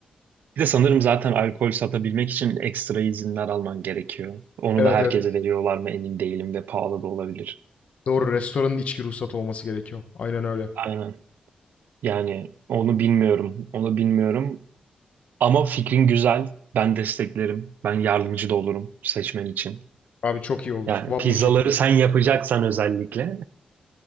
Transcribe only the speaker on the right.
Bir de sanırım zaten alkol satabilmek için ekstra izinler alman gerekiyor. Onu
da herkese
veriyorlar mı emin değilim ve pahalı da olabilir.
Aynen. Yani onu bilmiyorum. Onu bilmiyorum. Ama fikrin güzel. Ben desteklerim. Ben yardımcı da olurum seçmen için.
Yani
pizzaları
sen yapacaksan özellikle.